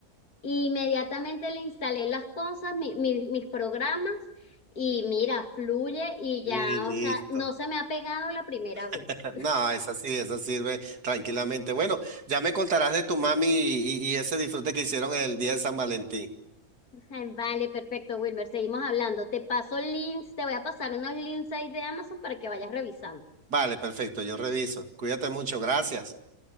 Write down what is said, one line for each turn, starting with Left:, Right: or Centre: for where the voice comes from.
Left: y inmediatamente le instalé las cosas, mi- mi- mis programas y mira, fluye y
Right: Y
Left: ya,
Right: listo.
Left: o sea, no se me ha pegado la primera vez.
Right: <laughs> No, esa sí, esa sirve tranquilamente. Bueno, ya me contarás de tu mami y y- y ese disfrute que hicieron el día de San Valentín.
Left: <laughs> Ay, Vale, perfecto, Wilmer, seguimos hablando. Te paso links, te voy a pasar unos links ahí de Amazon para que vayas revisando.
Right: Vale, perfecto, yo reviso. Cuídate mucho, gracias.